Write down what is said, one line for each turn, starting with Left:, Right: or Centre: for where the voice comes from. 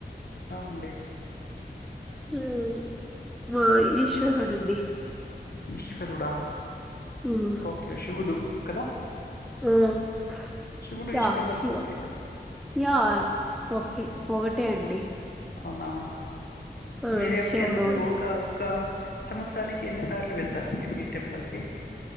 Left: ఔనండి
Centre: ఉమ్ మా ఈశ్వరుడండి
Left: ఈశ్వరుడా
Centre: ఉమ్,
Left: ఓకే శివుడు కదా
Centre: ఉమ్ ఆ
Left: శివుడు
Centre: యా
Left: ఈశ్వరుడు
Centre: శివ
Left: అంతా ఓకే కదా
Centre: యా ఓకే ఒగటే అండి
Left: ఔనా
Centre: ఆ
Left: మీరు ఎడ్పు
Centre: శివుడు
Left: ఎంత
Centre: ఈశ్వ-
Left: ఒక ఒక సమాత్సనికి ఎన్నిసార్లు వెళ్తారండి మీ టెంపుల్ కి